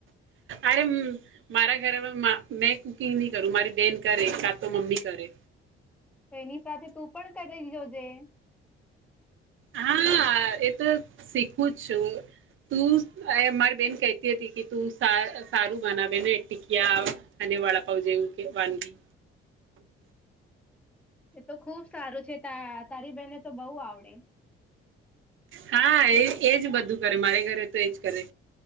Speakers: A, on the right; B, in the centre.
A: અરે મારા ઘરેમાં મેં કુકિંગ નહી કરું મારી બેન કરે કા તો મમ્મી કરે.
B: તો એની સાથે તું પણ કરી જોજે.
A: હા એ તો શીખવું જ છું, તું મારી બેન કહેતી હતી કે તું સારું બનાવે ને ટીકિયા અને વડાપઉ જેવું કે વાનગી.
B: એ તો ખુબ સારું છે, તારી બેહેને તો બઉ આવડે.
A: હા, એ એજ બધું કરે મારે ઘરે તો એજ કરે